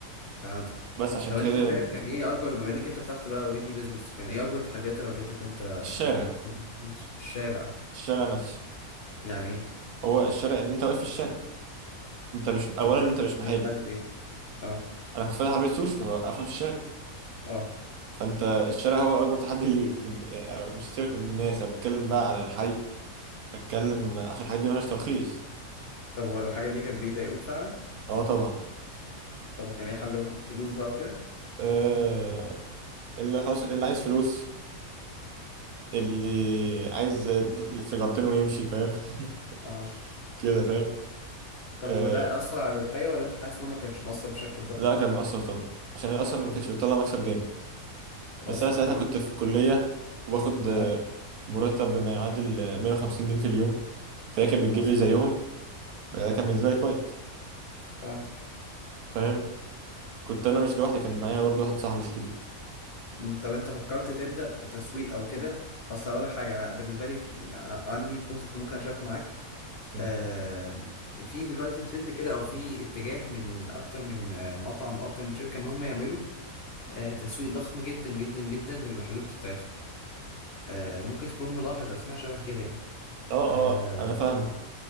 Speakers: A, on the left; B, on the right.
A: فهمتك
B: بس عشان
A: طب
B: كده
A: انت شايف كان ايه اكبر بما انك انت فتحت بقى اوريدي بيزنس كان ايه اكبر التحديات اللي واجهتك وانت
B: الشارع
A: في البيزنس؟ الشارع
B: الشارع نفسه
A: يعني ايه
B: هو الشارع ان انت واقف في الشارع انت مش اولا
A: طب وده
B: انت مش محل
A: ده اتحدد ايه اه
B: انا كنت فاتح عربيه سوشي فواقفه في الشارع
A: اه
B: فانت الشارع هو اكبر تحدي ليك يعني مش سيبك من الناس انا بتكلم بقى على الحي بتكلم عشان الحاجات دي ملهاش ترخيص
A: طب والحاجه دي كانت بيضايقوك فعلا
B: اه طبعا
A: طب وكان ايه حلهم فلوس بقى وكده
B: آه اللي خلاص اللي عايز فلوس اللي عايز سيجارتين ويمشي فاهم <laughs>
A: اه
B: كده فاهم
A: طب
B: آه
A: وده أثر على الربحية ولا أنت حاسس إن هو ما كانش مؤثر بشكل ضخم
B: لا كان مأثر طبعا عشان هي اصلا ما كانتش بتطلع مكسب جامد
A: أصلا
B: بس انا ساعتها
A: فالفلوس
B: كنت في الكليه
A: كده
B: وباخد آه،
A: أه
B: مرتب بما يعادل آه، 150 جنيه في اليوم فهي كانت
A: مثلا
B: بتجيب لي زيهم يعني ده كان بالنسبه
A: آه،
B: لي كويس
A: فهمتك
B: فاهم كنت انا مش لوحدي كان معايا برضو واحد صاحبي شريك
A: أمم، طب أنت فكرت تبدأ تسويق أو كده أصل أقول لك حاجة أنا بالنسبة لي في... عندي كونسبت ممكن أشاركه معاك
B: م.
A: آه... في دلوقتي ترند كده أو في اتجاه من أكتر من آه، مطعم أكتر من شركة إن هم يعملوا آه... تسويق ضخم جدا جدا جدا للمحلات بتاعتهم آه... ممكن تكون ملاحظ أسماء شبه كده يعني
B: اه
A: اه
B: اه انا فاهم